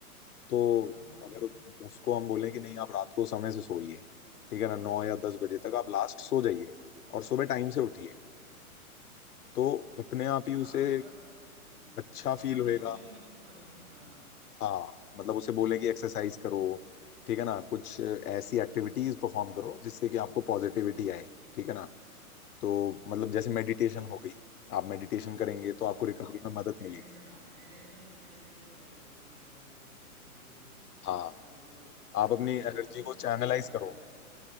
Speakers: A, on the left; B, on the right.
A: तो
B: हाँ हाँ
A: अगर
B: हाँ
A: उसको हम बोलें कि नहीं आप रात को समय से सोइए ठीक है ना नौ या दस बजे तक आप लास्ट सो जाइए और सुबह टाइम से उठिए तो अपने आप ही
B: हाँ
A: उसे
B: कर और- हाँ
A: अच्छा
B: प्रॉपर
A: फील
B: डिसिप्लिन
A: होएगा
B: में इसको रखें हाँ
A: हाँ मतलब उसे बोले कि एक्सरसाइज करो ठीक है ना कुछ ऐसी एक्टिविटीज परफॉर्म करो जिससे कि आपको पॉजिटिविटी आए ठीक है ना तो मतलब जैसे मेडिटेशन हो गई आप मेडिटेशन करेंगे तो
B: हाँ
A: आपको रिकवरी में मदद
B: मेडिटेशन
A: मिलेगी
B: हाँ मेडिटेशन एक तरीके से बहुत हेल्पफुल है मतलब रिकवरी के लिए
A: हाँ
B: मतलब जो मतलब
A: आप अपनी एनर्जी
B: बहुत से यो,
A: को चैनलाइज
B: योगा हैं
A: करो